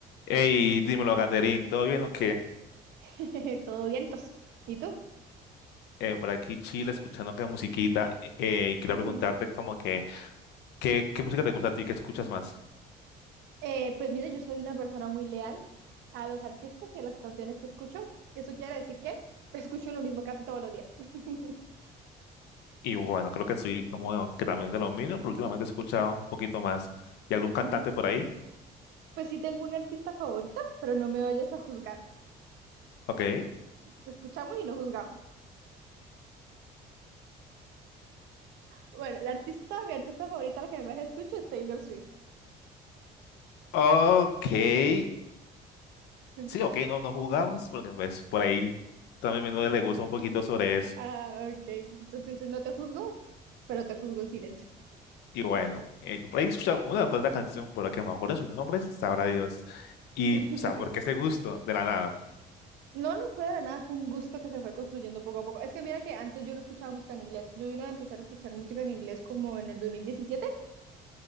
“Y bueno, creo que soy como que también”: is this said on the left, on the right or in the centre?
Left